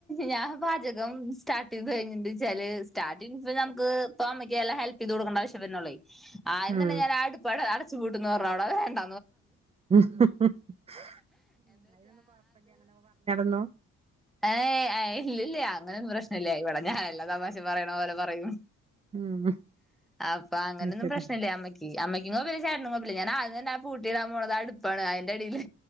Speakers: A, in the centre; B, on the right.
A: ഞാ പാചകം സ്റ്റാർട്ട്ത് കഴിഞ്ഞിണ്ട് ചെലേ സ്റ്റാർട്ടി നമ്മക്ക് ഇപ്പൊ അമ്മക്ക് എല്ലാം ഹെൽപ് ചെയ്ത് കൊടുക്കേണ്ട ആവശ്യം വരുന്നുള്ളേ. ആഹ് എന്നന്നെ
B: ഉം
A: ഞാൻ ആടുപ്പാട ചു കൂട്ടുന്ന് പറ അവിടെ വേണ്ട
B: ഹ് ഹ് ഹ് <inaudible>
A: ഏഹ് എ <unintelligible> ഇല്ലില്ല്യ അങ്ങനൊന്നും പ്രശ്നല്ല ഇവടെ ഞാ ഏല്ലാ തമാശെം പറയ ണോലെ പറയും
B: ഉം
A: അപ്പ
B: അത്
A: അങ്ങനൊന്നും
B: ശരി
A: പ്രശ്നല്ല അമ്മയ്ക്ക് അമ്മയ് ഈങ്ങോ പിന്നെ ചേട്ടനും കൊഴപ് ല്ല ഞാനാദ്യം തന്നെ പൂട്ടിയിടാൻ പോണത് അടുപ്പാണ് അയ്ന്റെടിയില്